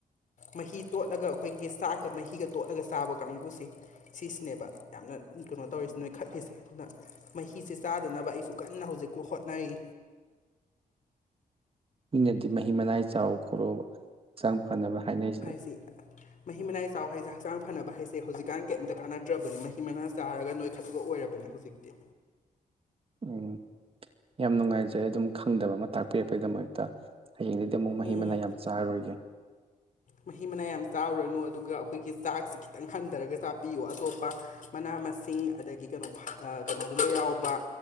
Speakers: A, on the left; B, on the right.
A: ꯃꯍꯤ ꯇꯣꯠꯂꯒ ꯑꯩꯈꯣꯢꯒꯤ ꯆꯥꯛꯀ ꯃꯍꯤꯒ ꯇꯣꯠꯂꯒ ꯆꯥꯕ ꯀꯥꯡꯕꯨꯁꯦ ꯁꯤꯁꯤꯅꯦꯕ ꯌꯥꯝꯅ ꯀꯩꯅꯣ ꯇꯧꯔꯤꯁꯤ ꯅꯣꯢꯈꯠꯂꯤꯁꯦ ꯑꯗꯨꯅ ꯃꯍꯤꯁꯦ ꯆꯥꯗꯅꯕ ꯑꯩꯁꯨ ꯀꯟꯅ ꯍꯧꯖꯤꯛꯀꯨ ꯍꯣꯠꯅꯔꯤ
B: ꯃꯤꯅꯗꯤ ꯃꯍꯤ ꯃꯅꯥꯢ ꯆꯥꯎ ꯈꯣꯠꯂꯎ ꯍꯛꯆꯥꯡ ꯐꯅꯕ ꯍꯥꯢꯅꯔꯤꯁꯤꯗꯤ
A: ꯁꯤ ꯃꯍꯤ ꯃꯅꯥꯢ ꯆꯥꯎ ꯍꯥꯏꯁꯦ ꯍꯛꯆꯥꯡ ꯐꯅꯕ ꯍꯥꯢꯁꯦ ꯍꯧꯖꯤꯛꯀꯥꯟ ꯀꯩꯝꯇ ꯀꯥꯟꯅꯗ꯭ꯔꯕꯅꯤ ꯃꯍꯤ ꯃꯅꯥ ꯆꯥꯔꯒ ꯅꯣꯢꯈꯠꯄ ꯑꯣꯢꯔꯕꯅꯦ ꯍꯧꯖꯤꯛꯇ
B: ꯎꯝ ꯌꯥꯝ ꯅꯨꯡꯉꯥꯢꯖꯔꯦ ꯑꯗꯨꯝ ꯈꯪꯗꯕ ꯑꯃ ꯇꯥꯛꯄꯤꯔꯛꯄꯩꯗꯃꯛꯇ ꯍꯌꯦꯡꯗꯒꯤꯗꯤ ꯑꯃꯨꯛ ꯃꯍꯤ
A: ꯎꯝ
B: ꯃꯅꯥꯢ ꯌꯥꯝ ꯆꯥꯔꯔꯣꯢꯒꯦ
A: ꯃꯍꯤ ꯃꯅꯥꯢ ꯌꯥꯝ ꯆꯥꯔꯨꯔꯅꯨ ꯑꯗꯨꯒ ꯑꯩꯈꯣꯢꯒꯤ ꯆꯥꯛꯁꯤ ꯈꯤꯇꯪ ꯍꯟꯊꯔꯒ ꯆꯥꯄꯤꯌꯨ ꯑꯇꯣꯞꯄ ꯃꯅꯥ ꯃꯁꯤꯡ ꯑꯗꯒꯤ ꯀꯩꯅꯣ ꯀꯩꯅꯣꯒꯨꯝꯕ ꯌꯥꯎꯕ